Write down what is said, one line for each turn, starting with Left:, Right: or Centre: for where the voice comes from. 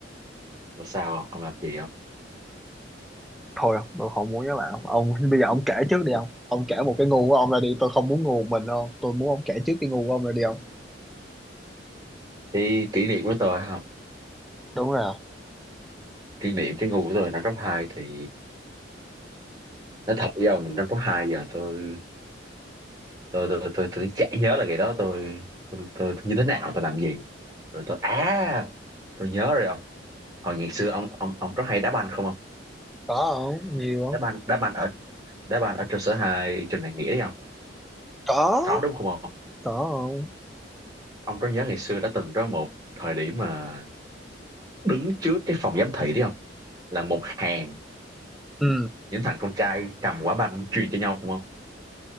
Right: là sao ông làm gì không?
Centre: thôi không tôi không muốn với bạn ông bây giờ ông kể trước đi không ông kể một cái ngu của ông ra đi tôi không muốn ngu một mình đâu tôi muốn ông kể trước cái ngu của ông ra đi không
Right: Thì kỷ niệm của tôi không?
Centre: đúng rồi không?
Right: Kỷ niệm cái ngu của tôi năm cấp 2 thì nó thật với ông năm cấp 2 giờ tôi tôi tôi tôi, tôi, tôi chả nhớ là ngày đó tôi tôi, tôi, tôi như thế nào tôi làm gì rồi tôi à tôi nhớ rồi ông hồi ngày xưa ông ông ông có hay đá banh không ông
Centre: có không nhiều không
Right: đá banh đá banh ở đá banh ở trường sở hai trường đại nghĩa đấy không
Centre: có
Right: có đúng không ông
Centre: có không
Right: ông có nhớ ngày xưa đã từng có một thời điểm mà đứng trước cái phòng giám thị đấy không là một hàng
Centre: ừ
Right: những thằng con trai cầm quả banh truyền cho nhau không không